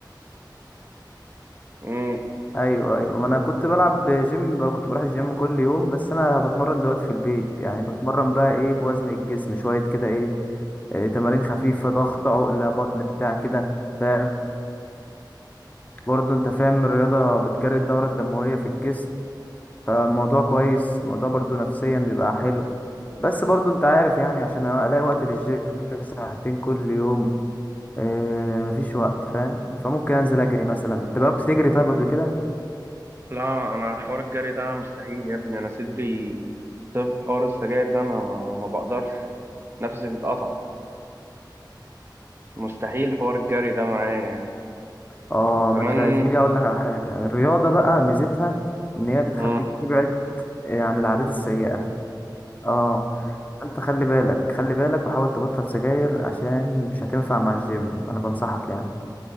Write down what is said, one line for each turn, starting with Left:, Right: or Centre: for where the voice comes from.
Right: انت
Left: ايوه ايوه ما انا كنت بلعب جيم بر- كنت بروح الجيم كل يوم بس انا بتمرن دلوقتي في البيت يعني بتمرن بقى ايه بوزن الجسم شوية كده ايه, إيه تمارين خفيفة ضغط عقلة بطن بتاع كده فاهم برضو انت فاهم الرياضة بتجري الدورة الدموية في الجسم فالموضوع كويس الموضوع برضو نفسيا بيبقى حلو بس برضو انت عارف يعني عشان الاقي وقت للجيم ساعتين كل يوم اه مفيش وقت فاهم فممكن انزل اجري مثلا انت جربت تجري طيب قبل كده
Right: لا انا حوار الجري ده مستحيل يا ابني انا صدري طب حوار السجاير ده انا ما بقدرش نفسي بيتقطع مستحيل حوار الجري ده معايا يعني
Left: اه
Right: وكمان
Left: ما انت يا زميلي اقول لك على حاجة الرياضة بقى ميزتها ان هي بتخليك
Right: مم.
Left: تبعد آه، عن العادات السيئة اه انت خلي بالك خلي بالك وحاول تبطل سجاير عشان مش هتنفع مع الجيم انا بنصحك يعني